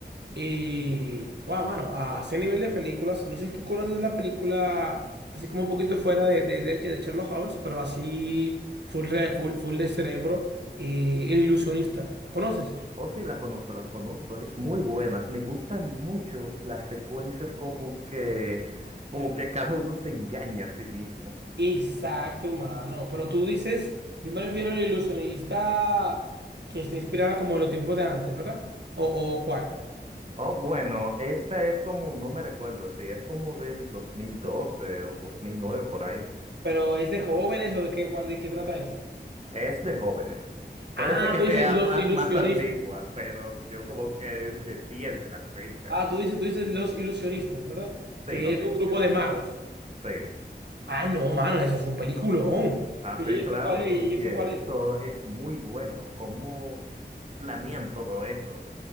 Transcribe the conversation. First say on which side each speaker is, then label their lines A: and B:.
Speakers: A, on the right; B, on the right.
A: Y, wow, mano, a ese nivel de películas, no sé si tú conoces la película, así como un poquito fuera de, de, de, de Sherlock Holmes, pero así full, re- full, full de cerebro y El Ilusionista. ¿La conoces?
B: Oh, sí, la conozco, la conozco. Es muy buena. Me gustan mucho las secuencias como que, como que cada uno se engaña a sí mismo.
A: Exacto, mano. Pero tú dices, yo me refiero al ilusionista que está inspirada como en los tiempos de antes, ¿verdad? ¿O, o cuál?
B: Oh, bueno, esta es como, no me recuerdo, sí, es como del 2012 o 2009 por ahí.
A: ¿Pero es de jóvenes o de qué, cuál, de qué trata esa?
B: Es de jóvenes. Puede
A: Ah,
B: ser que
A: tú
B: sea
A: dices los
B: ma-
A: ilusionistas.
B: más, antigua, pero yo como que me pierdo las fechas.
A: Ah, tú dices, tú dices los ilusionistas, ¿verdad?
B: Sí,
A: Que
B: los
A: es
B: ilusionistas.
A: un grupo de magos.
B: Sí.
A: Ah, no, mano, eso es un peliculón.
B: Ah,
A: Yo,
B: sí,
A: yo
B: claro.
A: sé cuál es,
B: Oye,
A: yo sé cuál
B: eso
A: es.
B: es muy bueno. ¿Cómo planean todo eso?